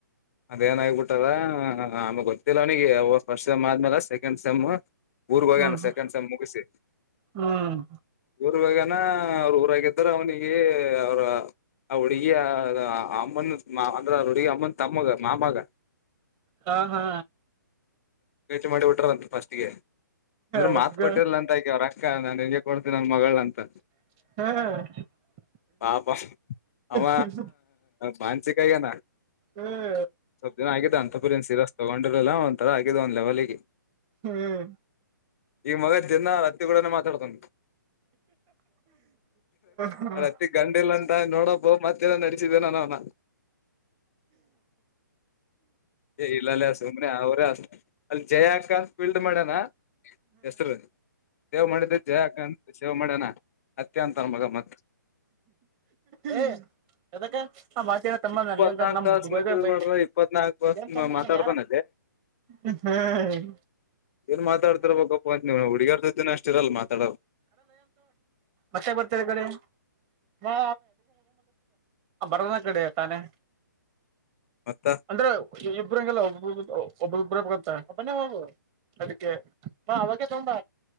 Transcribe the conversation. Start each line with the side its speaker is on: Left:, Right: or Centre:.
Left: ಅದೇಏನ ಆಗಬಿಟ್ಟದ ಆಮಗ್ ಗೊತ್ತಿಲ್ಲ ಅವನಿಗೆ ಫಸ್ಟ್ ಸೆಮ್ ಆದ್ಮೇಲೆ ಸೆಕೆಂಡ್ ಸೆಮ್ ಊರ್ಗ ಹೋಗಿ
Right: ಹ್ಮ್
Left: ಸೆಕೆಂಡ್ ಸ್ ಮುಗಿಸಿ
Right: ಹ್ಮ್
Left: ರುವಾಗನ ಅವ್ರ ಊರಾಗಿದಾರ ಅವ್ನಿಗೆ ಅವ್ರ ಅವ ಅವಡುಿಗೆ ಅಮ್ಮನು ಮಾ ಅಂದ ಅವಡುಿಗೆ ಅಮ್ಮನ್ ತಮ್ಮಗೆ ಮಾಮಾಗ
Right: ಹಾ ಹಾ
Left: ಚು ಮಾಡಿಟಾರಂತ ಫಸ್ಟ್ ಗೆ ಅಂದ್ರೆ
Right: ಹಗ್ಗ
Left: ಮಾತ್ು ಕೊಟ್ಟಿರ್ಲ ಅಂತ ಆಕ ಅವ್ರ ಅ ನಾನ್ ಹೆಂಗೆ ಕೊಡ್ತೀಿ ನನ್ ಮಗಳ ಅಂತ
Right: ಹ್ಮ್
Left: ಪಾಪ ಅವ
Right: ಹ್ಮ್
Left: ಬನ್ಸಿಕಾಯಗಾನ
Right: ಹ್ಮ್
Left: ಸ್ವಲ್ಪ ದಿನ ಆಗಿದೆ ಅಂತಪುರ ನ್ ಸೀರಸ್ ತಗೊಂಡಿರಲ್ಲ ಒಂಥರ ಆಗಿದೆ ಒಂದ್ ಲೆವೆಲ್ಿಗೆ
Right: ಹ್ಮ್
Left: ಈಗ ಮಗದ ಜನ ರತ್ತಿ ಕೂಡನ ಮಾತಾಡ್ತನ್
Right: ಹ್ಮ್
Left: ಅತ್ತೆ ಗಂಂಡಲ್ಲ ನೋಡಬ ಮತ್ತೆಲ್ಲ ನಡಸಿದೇನ ನ ಇಲ್ಲಲ್ಲಿಸ ಮ್ರೆ ಅವ ಅವರತ ಅಲ್ಲಿ ಜಯ ಅಕ ಫೀಲ್ಡ್ ಮಾಡಣ ಹೆಸರು ಸೇವ್ ಮಾಡಿದ್ದೆ ಜಯ ಹಕ ಶೇವ್ ಮಾಡ್ಯಣ ಅತ್ಯಂತರ ಮಗಮ್ಮತ್
Right: ಹ ಅದ ಆ ಮಾತ ತಲ್
Left: ಇಪ್ಪತ್ನಾಕ್
Right: ನಮ್
Left: ತಾಸ
Right: ಬ
Left: ಮೆಸೇಜ್
Right: ಬ
Left: ಮಾಡ್ರ ಇಪ್ಪತ್ನಾಕ್ ತಾಸ
Right: ಏನ್ ತಂಬ
Left: ಮಾತಾಡ್ತಾನ
Right: ಯಾರ ಹ್ಮ್
Left: ಏನ್ ಮಾತಾಡ್ತಿರ ಬಪ್ಪಂತ ನೀವ್ ಹುಡುಗಾರ್ದ್ದಿನ ಅಷ್ಟ ಇರಲ್ ಮಾತಾಡ
Right: ಬತ್ತೆ ಬರ್ತಾರೆ ಕಡೆ ಹಾ ಬರದನ ಕಡೆ ತಾನೇ
Left: ಮತ್ತ
Right: ಅಂದ್ರೆ ಇಬ್ರಂಗಗೆಲ್ಲ ಒಬ ಒಬ್ಬ ಒಬ್ಬ್ರಬ್ ಗಂತ ಒಬ್ಬನೇ ಹೋಗು ಅದಕ್ಕೆ ಬಾ ಅವಾಗೆ ತುಂಬಾ